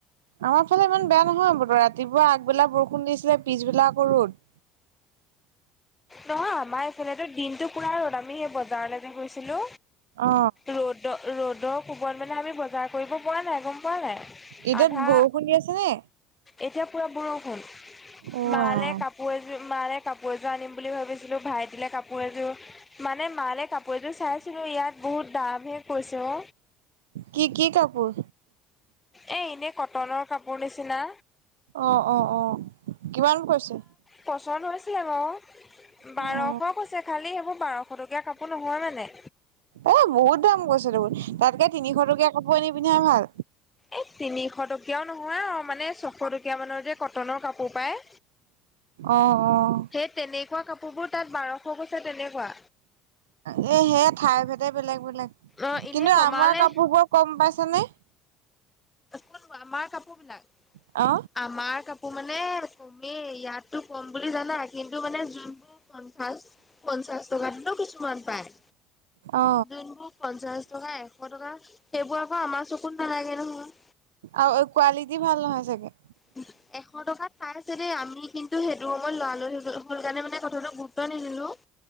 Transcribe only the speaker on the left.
নহয় আমাৰ এইফালেটো দিনটো পোৰা ৰ'দ আমি সেই বজাৰলে যে গৈছিলো।
ৰ'দ ৰ'দৰ কোবত মানে আমি বজাৰ কৰিব পৰা নাই গম পোৱা নাই।
আধা
এতিয়া পুৰা বৰষুণ
মালে
কাপোৰ কাপোৰ এযোৰ মালে কাপোৰ এযোৰ আনিম বুলি ভাবিছিলো, ভাইটিলে কাপোৰ এযোৰ মানে মালে কাপোৰ এযোৰ চাইছিলো ইয়াত বহুত দাম হে কৈছে অ।
এ ইনেই কটনৰ কাপোৰ নিচিনা।
পছন্দ হৈছিলে বাও। বাৰশ
কৈছে খালী সেইবোৰ বাৰশ টকীয়া কাপোৰ নহয় মানে।
এ তিনিশ টকীয়াও নহয় আও মানে ছশ টকীয়া মানৰ যে কটনৰ কাপোৰ পায়।
সেই তেনেকুৱা কাপোৰবোৰ তাত বাৰশ কৈছে তেনেকুৱা।
অ এনে
কমালে
কোনবোৰ আমাৰ কাপোৰবিলাক?
আমাৰ কাপোৰ মানে কমেই ইয়াতটো কম বুলি জানা কিন্তু মানে যোনবোৰ পঞ্চাশ পঞ্চাশ টকাটো কিছুমান পায়।
যোনবোৰ পঞ্চাশ টকা, এশ টকা সেইবোৰ আকৌ আমাৰ চকুত নেলাগে নহয়।
<unintelligible> এশ টকাত পাই আছে দেই, আমি কিন্তু সেইটো সময়ত লৰা-লৰি হ'ল কাৰণে মানে কথাটো গুৰুত্ব নিদিলো।